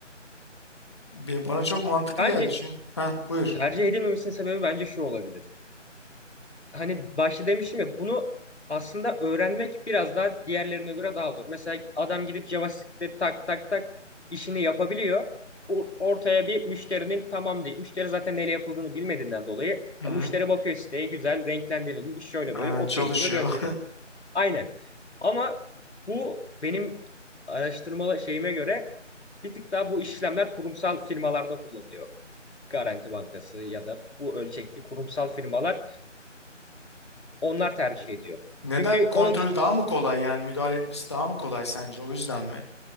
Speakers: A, on the left (about 20°); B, on the left (about 60°).
A: Be- Bana çok mantıklı
B: Bence
A: geldi çünkü. Ha, buyur.
B: tercih edilmemesinin sebebi bence şu olabilir. hani başta demiştim ya bunu aslında öğrenmek biraz daha diğerlerine göre daha zor. Mesela adam gidip JavaScript'te tak tak tak işini yapabiliyor. O- Ortaya bir müşterinin tamam değil. Müşteri zaten neyle yapıldığını bilmediğinden dolayı
A: Hı
B: o
A: hı.
B: müşteri bakıyor siteye güzel renklendirilmiş şöyle
A: Aynen
B: böyle okey
A: çalışıyor.
B: diyor gönderiyor. Aynen. Ama bu benim araştırmalı şeyime göre bir tık daha bu işlemler kurumsal firmalarda kullanılıyor. Garanti Bankası ya da bu ölçekli kurumsal firmalar onlar tercih ediyor.
A: <laughs> Neden
B: Çünkü
A: kontrol
B: onun dışında
A: daha mı kolay yani müdahale etmesi daha mı kolay sence? O yüzden mi?